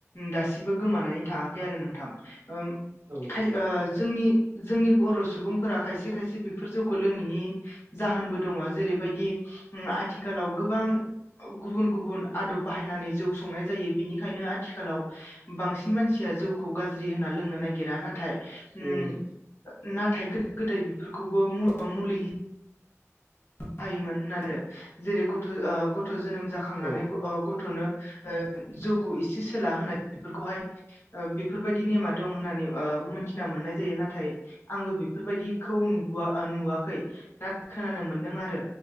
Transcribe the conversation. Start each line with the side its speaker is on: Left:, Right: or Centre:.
Left: दासिमबो गोमानानै थाङाखै आरो नोंथां ओम
Right: औ नंगौ
Left: खाय ओ जोंनि जोंनि बर सुबुंफोरा खायसे खायसे बेफोर जौखौ लोङैनि जाहोनबो दङ जेरैबायदि ओम आथिखालाव गोबां गुबुन गुबुन आदब बाहायनानै जौ संनाय जायो बिनिखायनो आथिखालाव बांसिन मानसिया जौखौ गाज्रि होनना लोंनो नागिरा ना नाथाय ओम
Right: उम
Left: नाथाय गोदो गोदाय बेफोरखौबो मु ओ मुलि हो बाहायोमोन होननानै आरो जेरै गथ ओ गथ गथ जोनोम जाखांनानै
Right: औ
Left: अ गथनो ओ जौखौ इसे सोला होनाय बेफोरखौहाय ओ बेफोरबायदि नेमा दं होननानै ओ मिनथिना मोननाय जायो नाथाय आंबो बेफोरबायदिखौ नुबोआ ओ नुवाखै ना खोनानो मोनदों आरो